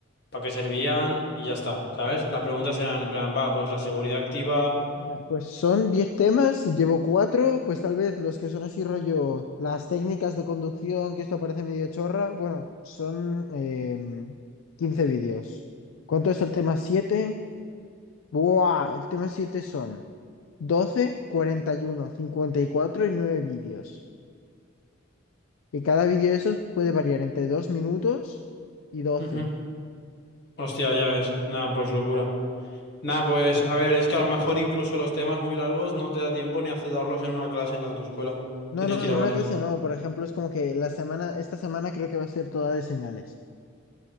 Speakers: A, on the left; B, on the left.
A: para qué servían y ya está, ¿sabes? Las preguntas eran en plan, va, pues la seguridad activa.
B: Mira, Pues son 10 temas, llevo cuatro, pues tal vez los que son así rollo, las técnicas de conducción, que esto parece medio chorra, bueno, son eh, 15 vídeos. ¿Cuánto es el tema 7? ¡Buah! El tema 7 son doce, cuarenta y uno, cincuenta y cuatro y nueve vídeos. Y cada vídeo de esos puede variar entre 2 minutos y 12.
A: Ujú. Hostia, ya ves. Nada, pues locura. Nada, pues a ver, es que a lo mejor incluso los temas muy largos no te da tiempo ni a darlos en una clase en la autoescuela. Tienes
B: No, no,
A: que ir
B: en
A: a
B: una
A: varias.
B: clase no, por ejemplo, es como que la semana, esta semana creo que va a ser toda de señales.